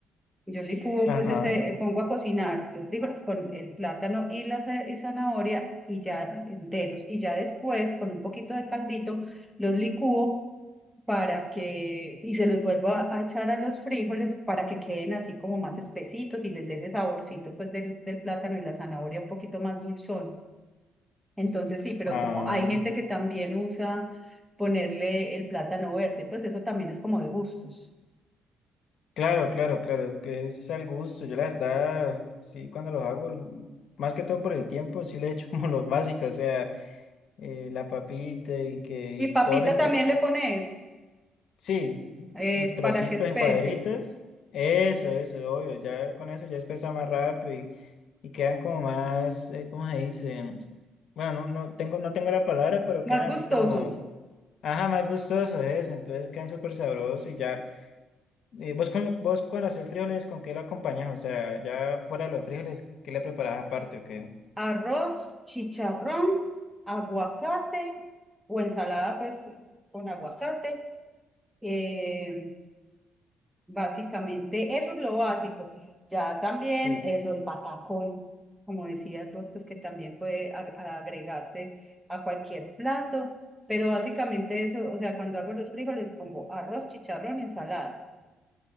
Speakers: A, in the centre; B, on the left.
A: Yo licúo, pues
B: Ajá.
A: ese, eh, pongo a cocinar los frijoles con el plátano y la za- y zanahoria y ya enteros. Y ya después, con un poquito de caldito, los licúo para que, y se los vuelvo a, a echar a los frijoles para que queden así como más espesitos y les dé ese saborcito pues del, del plátano y la zanahoria un poquito más dulzón. Entonces sí, pero
B: Ah,
A: como hay gente que también usa ponerle el plátano verde, pues eso también es como de gustos.
B: claro, claro, claro. Que es al gusto. Yo la verdad, sí, cuando los hago, l- más que todo por el tiempo, sí le echo <laughs> como los básicos. O sea, eh, la papita y que y
A: Y papita
B: todo, lo,
A: también le pones.
B: Sí,
A: Es
B: en trocitos,
A: para que espese.
B: en cuadritos. Eso, eso, obvio. Ya con eso ya espesa más rápido y, y quedan como más, eh, ¿cómo se dice? Bueno, no, no tengo, no tengo la palabra, pero
A: Más
B: quedan
A: gustosos.
B: así como, ajá, más gustosos eso. Entonces quedan súper sabrosos y ya. eh, vos, con, vos cuando haces frijoles, ¿con qué lo acompañas? O sea, ya fuera de los frijoles, ¿qué le preparás aparte o qué?
A: Arroz, chicharrón, aguacate o ensalada pues con aguacate. Eh, básicamente eso es lo básico. Ya también
B: Sí.
A: eso, el patacón, como decías vos, pues que también puede ag- agregarse a cualquier plato. Pero básicamente eso, o sea, cuando hago los frijoles pongo arroz, chicharrón y ensalada.